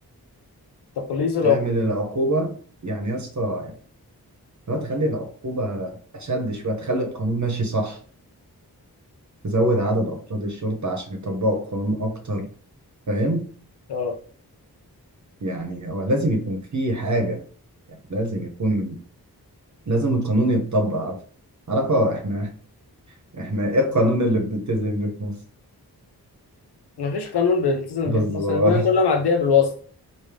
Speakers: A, on the left; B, on the right.
A: تقليص العقوبات
B: تعمل العقوبه يعني يا اسطى يعني لو تخلي العقوبه اشد شويه تخلي القانون ماشي صح تزود عدد افراد الشرطه عشان يطبقوا القانون اكتر فاهم
A: اه
B: يعني هو لازم يكون في حاجة يعني لازم يكون لازم القانون يتطبق عارف عارفة احنا احنا ايه القانون اللي بنلتزم بيه في مصر
A: مفيش قانون بيلتزم
B: بالظبط
A: بيه في مصر الدنيا كلها معديه بالواسطه